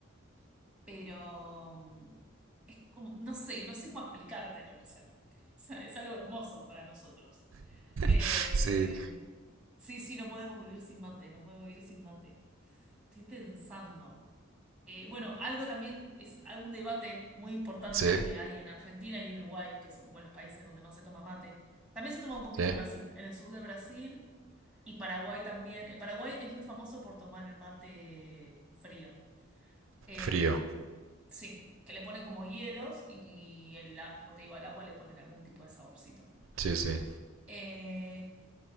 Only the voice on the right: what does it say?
<laughs> Sí,
sí,
sí.
Frío.
Sí, sí.